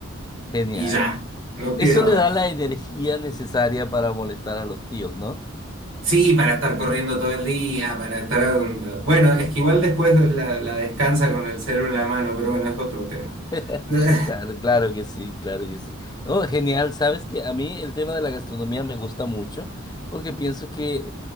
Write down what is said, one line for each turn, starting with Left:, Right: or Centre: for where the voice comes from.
Left: Genial.
Right: Y ya, no
Left: Eso
Right: pida
Left: le
Right: más.
Left: da la energía necesaria para molestar a los tíos, ¿no?
Right: Sí, para estar corriendo todo el día, para estar... Bueno, es que igual después la, la descansa con el cero en la mano, pero bueno, es otro tema.
Left: <laughs>
Right: <laughs>
Left: Claro, claro que sí, claro que sí. Oh, genial, sabes que a mí el tema de la gastronomía me gusta mucho porque pienso que